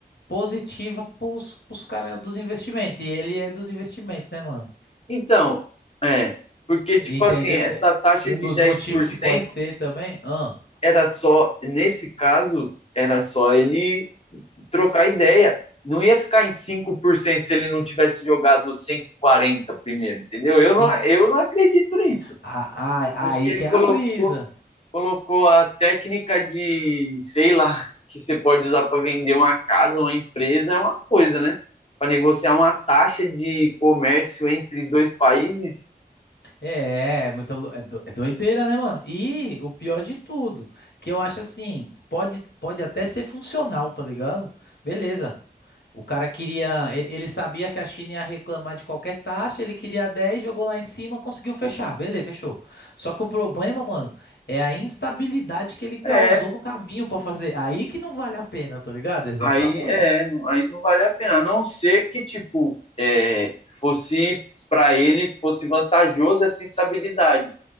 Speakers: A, on the left; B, on the left.
A: positiva pros, pros caras dos investimentos. E ele é dos investimentos, né, mano?
B: Então, é, porque, tipo
A: Entendeu?
B: assim, essa
A: É,
B: taxa
A: Um
B: de
A: dos
B: dez
A: motivos
B: por cento
A: que pode ser também. Ah,
B: era só, nesse caso, era só ele trocar ideia. Não ia ficar em 5% se ele não tivesse jogado 140 primeiro, entendeu? Eu não,
A: em-
B: eu não acredito nisso.
A: a- a-
B: Acho
A: aí
B: que ele
A: que é a
B: colocou,
A: brisa.
B: colocou a técnica de, sei lá, que você pode usar para vender uma casa, uma empresa, é uma coisa, né? Para negociar uma taxa de comércio entre dois países,
A: É, é muita, lou- é do- é doideira, né, mano? E o pior de tudo, que eu acho assim, pode, pode até ser funcional, tá ligado? Beleza. O cara queria, e- ele sabia que a China ia reclamar de qualquer taxa, ele queria 10, jogou lá em cima, conseguiu fechar. Beleza, fechou. Só que o problema, mano, é a instabilidade que ele causou
B: é,
A: no caminho pra fazer. Aí que não vale a pena, tá ligado? Exatamente.
B: aí é, não- aí não vale a pena. A não ser que, tipo, é, fosse para eles, fosse vantajoso essa estabilidade.